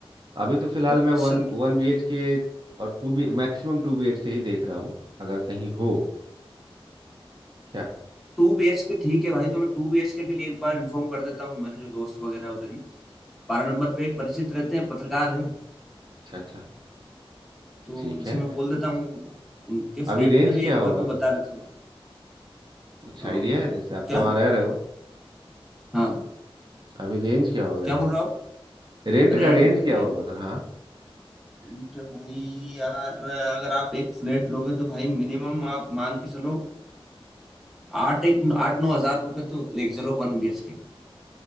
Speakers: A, on the right; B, in the centre.
A: अभी तो फिलहाल
B: अच्छा
A: मैं one one B H K और two B maximum two B H K ही देख रहा हूँ अगर कहीं हो क्या
B: टू बी एच के ठीक है भाई तो मैं टू बी एच के लिए एक बार इन्फॉर्म कर देता हूँ मेरे जो दोस्त वगैरह है उधर ही बारह नंबर पे एक परिचित रहते हैं पत्रकार हैं
A: अच्छा अच्छा
B: तो
A: ठीक
B: उनसे
A: है
B: मैं बोल देता हूँ उनके फ्लैट
A: अभी रेंज
B: में भी
A: क्या
B: एक
A: होगा
B: बार को बता रहे थे
A: कुछ
B: अम,
A: आइडिया है जैसे आप
B: क्या
A: तो वहाँ रह रहे हो
B: हाँ
A: अभी रेंज क्या होगा रेंट
B: क्या बोल
A: का
B: रहे हो आप
A: रेंट
B: रेंट
A: का रेंज क्या
B: रेंट
A: होगा उधर हाँ
B: रेंट भाई यार अगर आप एक फ्लैट लोगे तो भाई मिनिमम आप मान के चलो आठ एक आठ नौ हजार रुपए तो लेके चलो वन बीएचके का